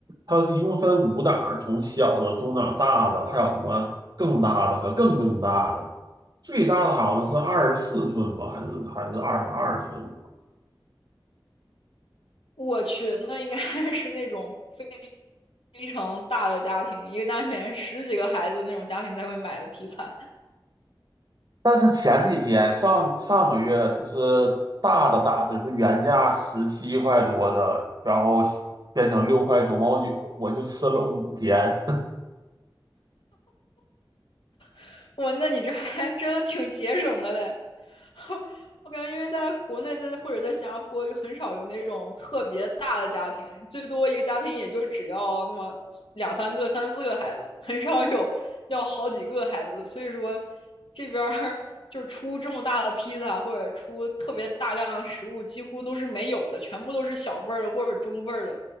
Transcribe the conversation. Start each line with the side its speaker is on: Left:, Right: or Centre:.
Right: 它一共分五档儿从小的、中档、大的，还有什么更大的和更更大的。最大的好像是二十四寸吧，还是还是二十二寸。
Left: 我去，那应该 <laughs> 是那种非非常大的家庭，一个家里面十几个孩子那种家庭才会买的披萨。
Right: 但是前几天上上个月就是大的打折，是原价十七块多的，然后变成六块九毛九，我就吃了五天。
Left: <laughs> 哇，那你这还真的挺节省的嘞。<laughs> 我感觉，因为在国内在或者在新加坡，就很少有那种特别大的家庭，最多一个家庭也就只要那么两三个、三四个孩子，很少有要好几个孩子。所以说，这边儿就是出这么大的披萨或者出特别大量的食物，几乎都是没有的，全部都是小份儿的或者中份儿的。